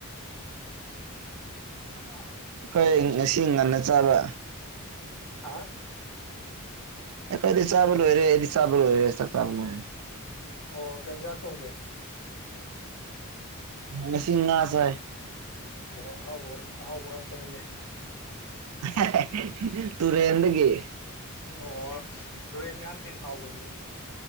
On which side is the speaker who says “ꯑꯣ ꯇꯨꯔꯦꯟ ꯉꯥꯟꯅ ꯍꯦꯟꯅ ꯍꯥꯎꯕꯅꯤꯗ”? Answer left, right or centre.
Left